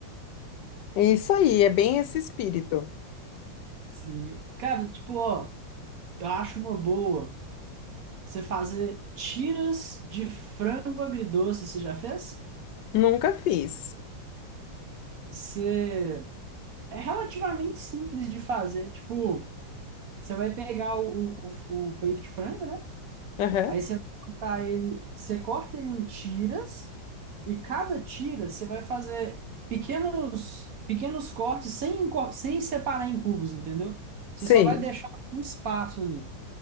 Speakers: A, on the left; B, on the right.
A: É isso aí, é bem esse espírito.
B: Assim, cara, tipo, ó, eu acho uma boa você fazer tiras de frango agridoce, você já fez?
A: Nunca fiz.
B: Você... É relativamente simples de fazer. Tipo, você vai pegar o, o, o o peito de frango, né?
A: Aham.
B: Aí você vai cortar ele, você corta ele em tiras e cada tira você vai fazer pequenos pequenos cortes sem enco- sem separar em cubos, entendeu? Você
A: Sei.
B: só vai deixar um espaço ali.